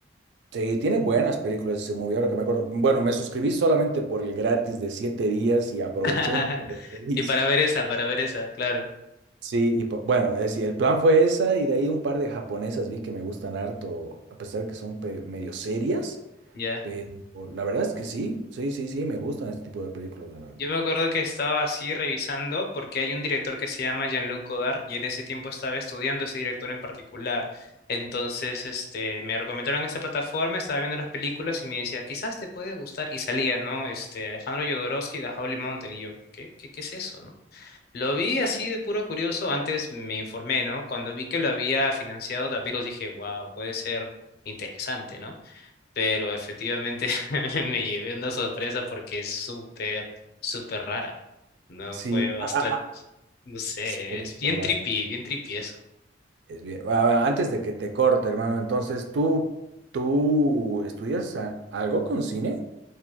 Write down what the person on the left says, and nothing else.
<laughs>
Y para ver esa, para ver esa, claro,
ya.
Yo me acuerdo que estaba así revisando porque hay un director que se llama Jean-Luc Godard y en ese tiempo estaba estudiando ese director en particular. Entonces, este, me recomendaron esta plataforma, estaba viendo las películas y me decía, quizás te puede gustar. Y salía, ¿no? Este, Alejandro Jodorowsky, The Holy Mountain. Y yo, ¿qué, qué, qué es eso, no?". Lo vi así de puro curioso, antes me informé, ¿no? Cuando vi que lo había financiado Daviros dije, wow, puede ser interesante, ¿no? Pero efectivamente <laughs> me llevé una sorpresa porque es súper, súper rara, ¿no?
Fue bastante,
no sé,
es bien
trippy, bien trippy